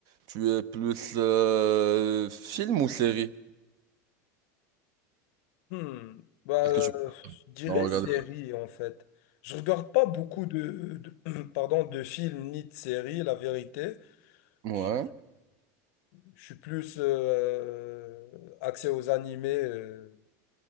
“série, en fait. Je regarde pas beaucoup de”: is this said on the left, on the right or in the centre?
Left